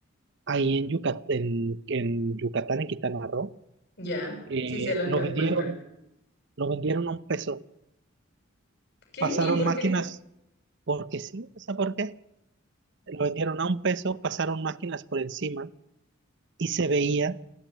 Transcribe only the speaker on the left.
Ya,
sí, sí, lo
que es
manglar.
¿Qué?
¿Y por
qué?